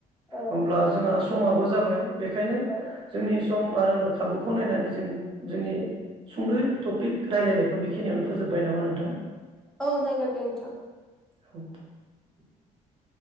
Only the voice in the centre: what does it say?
औ
औ
औ जागोन दे नोंथां